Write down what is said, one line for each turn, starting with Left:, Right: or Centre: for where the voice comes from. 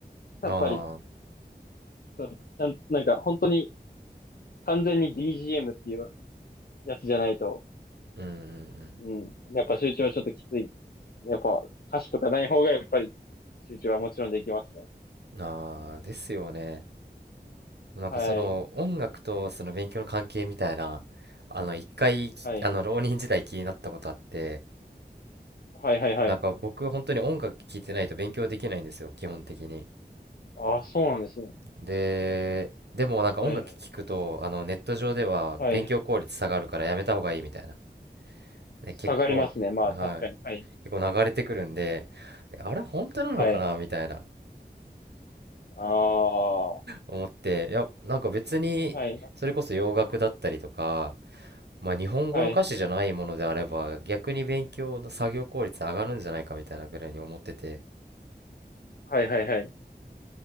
Left: やっぱり、
Right: ああ
Left: ちゃんと、なんか、本当に、完全に BGM っていうやつじゃないと、
Right: ー、うんうん
Left: うん。やっぱ集中はちょっときつい。やっぱ歌詞とかない方がやっぱり集中はもちろんできますね。
Right: うん。ああ、ですよね。なんかその音楽とその勉強の関係みたいな、
Left: はい。
Right: あの一回き、
Left: はい。
Right: あの浪人時代気になったことあって、
Left: はいはいはい。
Right: なんか僕本当に音楽聴いてないと勉強できないんですよ、基本的に。
Left: ああ、そうなんですね。
Right: で、でもなんか音楽聴くと、
Left: はい。
Right: あのネット上では勉強効率下がるからやめた方がいいみたいな。
Left: はい。
Right: ね、
Left: 下がりますね。
Right: 結構、
Left: まあ確かに。
Right: はい、
Left: はい。
Right: 結構流れてくるんで、えあれ本当なのかなみたいな。
Left: はい。ああ。は
Right: 思って、いや、なんか別に、
Left: い。
Right: それこそ洋楽だったりとか、まあ日本語の歌詞じゃないものであれば、
Left: はい。
Right: 逆に勉強の作業効率上がるんじゃないかみたいなぐらいに思ってて、
Left: はいはいはい。